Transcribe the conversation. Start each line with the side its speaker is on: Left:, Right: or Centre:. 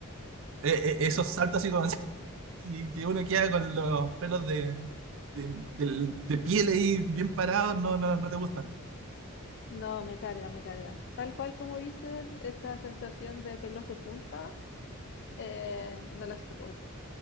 Right: Eh, eh, esos saltos así como... así Y que uno queda con los pelos de, de, del- de piel ahí bien parados, no, no, no te gusta.
Left: No, me carga, me carga. Tal cual como dices, esa sensación de pelos de punta, eh, no la soporto.